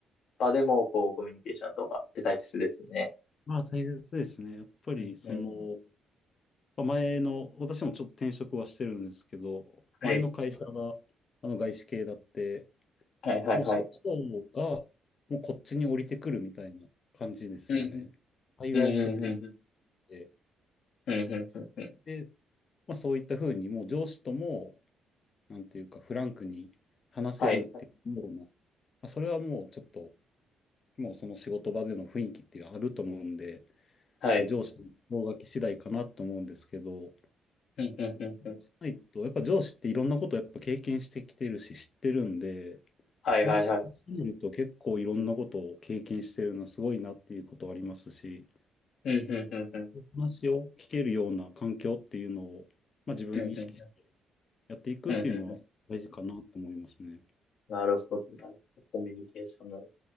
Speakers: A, on the left (about 70°); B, on the left (about 40°).
A: 場でも、こう、コミュニケーションとかって大切ですね。
B: まあ大切ですね。やっぱりその、
A: うんうん。
B: まあ前の、私もちょっと転職はしてるんですけど、
A: はい。
B: 前の会社があの外資系だって、
A: はいはいはい。
B: もう社長がもうこっちに降りてくるみたいな感じですよね。
A: うん
B: 会話を結構
A: うん。うんうんうんうん。
B: して、
A: うんうんうんうん。
B: で、まあそういったふうにもう上司ともなんていうか、フランクに話せるっていうような、
A: はい。
B: まあ、それはもうちょっと、もうその仕事場での雰囲気っていうのはあると思うんで、
A: はい。
B: 上司の方書き次第かなと思うんですけど、
A: うんうんうんうん。
B: しないと、やっぱ上司っていろんなことをやっぱ経験してきてるし、知ってるんで、
A: はいはいはい。
B: 話しすぎると結構いろんなことを経験してるのはすごいなっていうことはありますし、
A: うんうんうんうん。
B: 話を聞けるような環境っていうのを、まあ、自分意識して
A: うんうん
B: やっていくっていうのは大事かなと思いますね。
A: うんうんうん。なるほど、なるほど。コミュニケーション能力。